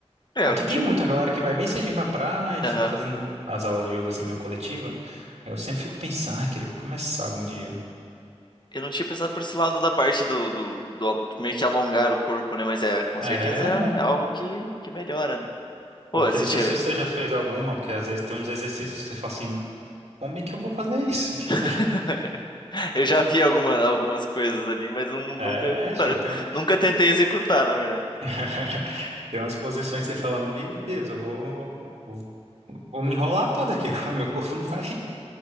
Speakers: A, on the left; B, on the right.
A: É,
B: Aqui
A: eu não
B: tem
A: tinha.
B: muito, a galera que vai bem cedinho pra praia e
A: Aham.
B: fica fazendo as aulas de yoga assim meio coletiva. Aí eu sempre fico pensando, ai, queria começar algum dia.
A: Eu não tinha pensado por esse lado da parte do, do, do meio que alongar o corpo, né? Mas é, com
B: É,
A: certeza é é algo que, que melhora, né? Pô,
B: Porque
A: se
B: não
A: tiver.
B: sei se você já fez alguma, porque às vezes tem uns exercícios que você fala assim, como é que eu vou fazer isso? <laughs>
A: <laughs> Eu já vi alguma, algumas coisas ali, mas não, nunca,
B: É, tipo,
A: pra-
B: tem, uma-
A: nunca tentei executar, na verdade.
B: <laughs> tem umas posições que você fala, meu Deus, eu vou, vou, vou me enrolar toda aqui, <laughs> meu corpo não vai.